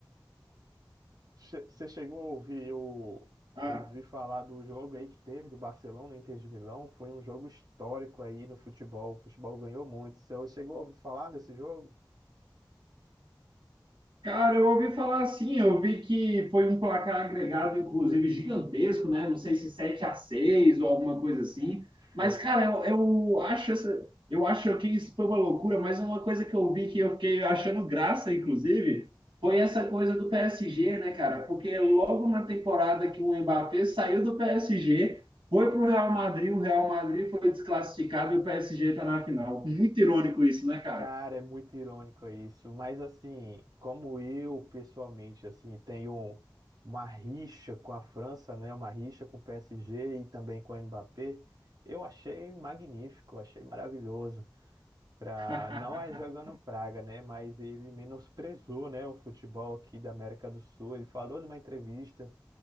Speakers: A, on the right; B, on the right.
A: Che- Você chegou a ouvir o ouvir
B: Ah,
A: falar do jogo aí que teve do Barcelona e Inter de Milão? Foi um jogo histórico aí no futebol. O futebol ganhou muito. Você chegou a ouvir falar desse jogo?
B: Cara, eu ouvi falar assim, eu vi que foi um placar agregado, inclusive, gigantesco, né? Não sei se 7 a 6 ou alguma coisa assim. Mas,
A: Foi
B: cara, eu, eu acho essa, eu acho que isso foi uma loucura, mas uma coisa que eu vi que eu fiquei achando graça, inclusive, foi essa coisa do PSG, né, cara? Porque logo na temporada que o Mbappé saiu do PSG, foi pro Real Madrid, o Real Madrid foi desclassificado e o PSG tá na final. Muito irônico isso, né, cara?
A: Cara, é muito irônico isso, mas assim, como eu pessoalmente assim tenho uma rixa com a França, né, uma rixa com o PSG e também com o Mbappé, eu achei magnífico, achei maravilhoso. Pra,
B: <laughs>
A: não é jogando praga, né, mas ele menosprezou, né, o futebol aqui da América do Sul. Ele falou numa entrevista